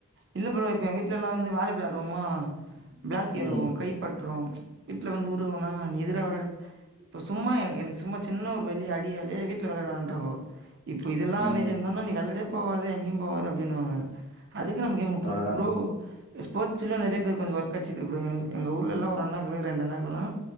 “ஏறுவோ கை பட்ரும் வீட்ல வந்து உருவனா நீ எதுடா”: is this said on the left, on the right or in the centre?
Right